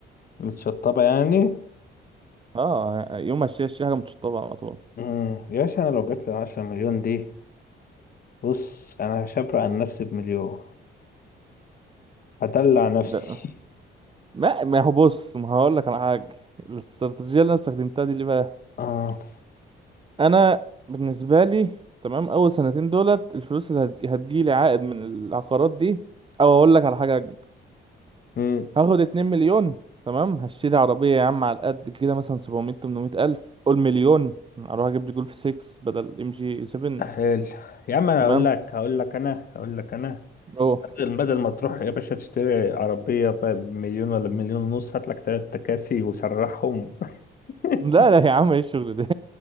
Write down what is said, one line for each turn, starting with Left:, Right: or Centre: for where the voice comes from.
Left: متشطبة يعني
Right: اه يوم ما اشتري اشتري حاجه متشطبه على طول
Left: امم يا باشا انا لو جات لي 10 مليون دي بص انا هشبر عن نفسي بمليون هدلع نفسي
Right: ده
Left: <laughs>
Right: ما ما هو بص ما هقول لك على حاجه الاستراتيجيه اللي انا استخدمتها دي ليه بقى
Left: اه
Right: انا بالنسبه لي تمام اول سنتين دولت الفلوس اللي هتج- هتجيلي عائد من العقارات دي او اقول لك على حاجه
Left: امم
Right: هاخد 2 مليون تمام هشتري عربيه يا عم على قد كده مثلا 700 800 الف قول مليون اروح اجيب لي جولف 6 بدل ام جي 7
Left: حلو يا عم انا
Right: تمام
Left: هقول لك هقول لك انا هقول لك انا
Right: اوه
Left: بدل بدل ما تروح يا باشا تشتري عربية ب- بمليون ولا بمليون ونص هات لك تلات تكاسي وسرحهم <laughs>
Right: لا لا يا عم ايه الشغل ده